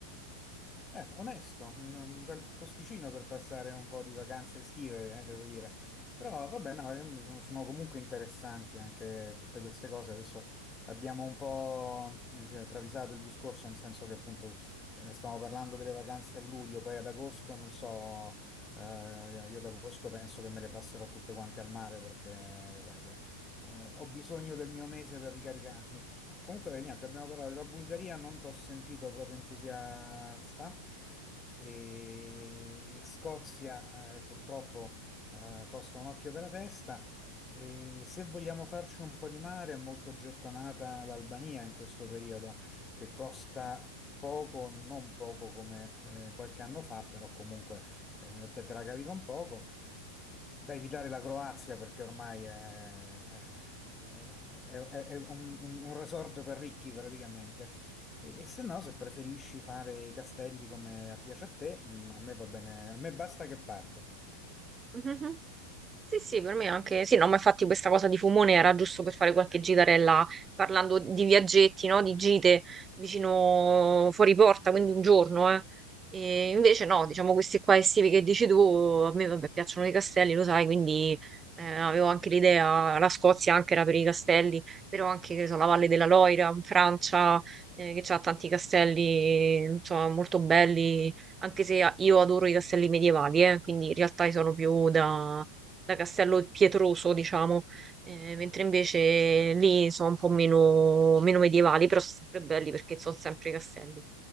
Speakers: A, on the left (about 20°); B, on the right (about 20°).
A: Eh, onesto, un un bel posticino per passare un po' di vacanze estive, eh, devo dire. Però vabbè, no, ehm, sono comunque interessanti anche tutte queste cose. Adesso abbiamo un po', cioè, travisato il discorso, nel senso che appunto eh, stiamo parlando delle vacanze a luglio, poi ad agosto, non so, eh, io ad agosto penso che me le passerò tutte quante al mare perché, lo sai che eh, ho bisogno del mio mese per ricaricarmi. Comunque, niente, abbiamo parlato della Bulgaria, non t'ho sentito proprio entusiasta. E Scozia, eh, purtroppo, eh, costa un occhio della testa. E se vogliamo farci un po' di mare, è molto gettonata l'Albania in questo periodo, che costa poco, non poco come eh, qualche anno fa, però comunque eh, te te la cavi con poco da evitare la Croazia perché ormai è, è- è- è un, un- un resort per ricchi praticamente. E, e se no, se preferisci fare i castelli come piace a te, mm, a me va bene, a me basta che parto.
B: <laughs> Sì, sì, per me anche, sì, no, ma infatti questa cosa di Fumone era giusto per fare qualche gitarella parlando di viaggetti, no? Di gite vicino fuori porta, quindi un giorno, eh. E invece no, diciamo questi qua estivi che dici tu, a me vabbè, piacciono i castelli, lo sai, quindi eh, avevo anche l'idea, la Scozia anche era per i castelli, però anche, che ne so, la Valle della Loira in Francia, eh, che ha tanti castelli, insomma, molto belli, anche se io adoro i castelli medievali, eh, quindi in realtà io sono più da da Castello Pietroso, diciamo, Eh, mentre invece lì sono un po' meno, meno medievali, però sono sempre belli perché sono sempre castelli.